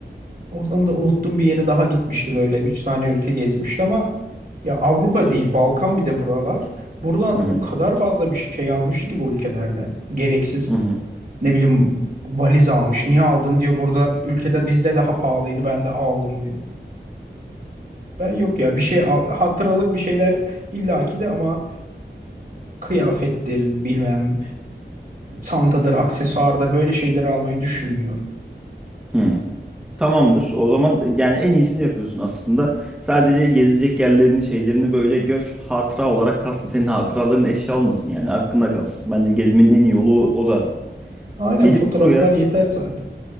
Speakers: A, on the right; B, in the centre.
A: oradan da unuttum bir yere daha gitmişti böyle. Üç tane ülke gezmişti ama ya Avrupa
B: Sırp-
A: değil Balkan bir de buralar. Buradan
B: Hı hı.
A: o kadar fazla bir şey almıştı ki bu ülkelerden. Gereksiz
B: Hı hı.
A: ne bileyim valiz almış. Niye aldın diyor. Burada ülkede bizde daha pahalıydı ben de aldım diyor. Ben yok ya bir şey al- hatıralık bir şeyler illaki de ama kıyafettir, bilmem çantadır, aksesuardır böyle şeyleri almayı düşünmüyorum.
B: <laughs> Tamamdır. O zaman e, yani en iyisini yapıyorsun aslında. Sadece gezecek yerlerini, şeylerini böyle gör. Hatıra olarak kalsın. Senin hatıraların eşya olmasın yani. Aklında kalsın. Bence gezmenin en iyi yolu o, o zaten.
A: Aynen
B: Gelip
A: fotoğraflar
B: buraya
A: yeter zaten.